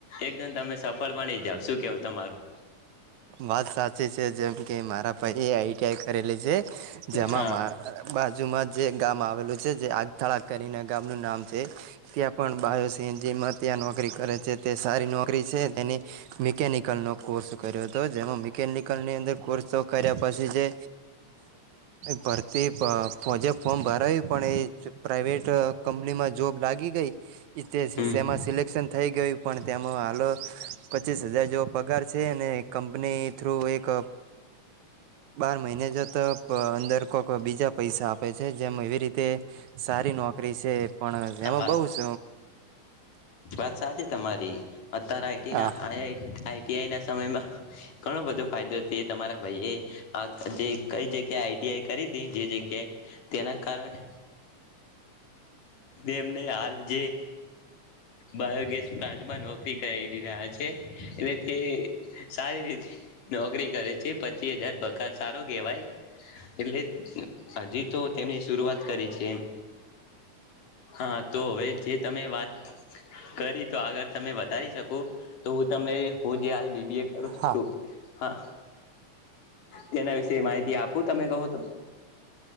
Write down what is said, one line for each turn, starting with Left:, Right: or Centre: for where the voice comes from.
Left: એકદમ તમે સફળ બની જાવ શું કેવું તમારું
Right: વાત સાચી છે જેમ કે મારા પહી આઈ ક્યા કરેલી છે જેમાં
Left: હા
Right: માર બાજુમાં જે ગામ આવેલું છે જે આગથળ કરીને ગામ ન નામ છે ત્યાં પણ તે જેમાં ત્યાં નોકરી કરે છે તે સારી નોકરી છે તેની મિકેનિકલ નો કોર્સ કરયો હતો જેમાં મિકેનિકલ ની અંદર કોર્સ તો કર્યા પછી જે ભરતી પર ફોજે ફોર્મ ભરાયું પણ એ પ્રાઇવેટ કંપનીમાં જોબ લાગી ગઈ
Left: હમ
Right: તેમાં સિલેક્ટ એશન થઈ ગયું પણ તેમાં હાલો પચીસ હજાર જેવો પગાર છે. છે અને કંપની થ્રુ એક બાર મહિને જતા અંદર કોઈક બીજા પૈસા આપે છે જેમ એવી રીતે સારી નોકરી છે. પણ
Left: હા
Right: એમાં
Left: વાત
Right: બઉ સ
Left: વાત સાચી તમારી અત્યારે આઈટી
Right: હા
Left: ના આઈટીઆઈ ના સમયમાં ઘણો બધો ફાયદો છે તમારા ભાઈએ આ જે કઈ જગ્યાએ આઈટીઆઈ કરી હતી જે જગ્યાએ તેના કારણે એમને હાલ જે બાયોગેસ પ્લાન્ટમાં નોકરી કરી રહ્યા છે એટલે તે સારી રીતે નોકરી કરે છે પચીસ હજાર પગાર સારો કેહેવાય એટલે હજી તો તેમની શરૂઆત કરી છે એમ હા તોવે જે તમે વાત કરી તો આગળ તમે વધારી શકો તો હું તમને હું જે હાલ બીબી એ કરું
Right: હા
Left: છુ, હા તેના વિશે માહિતી આપું તમે કહો તો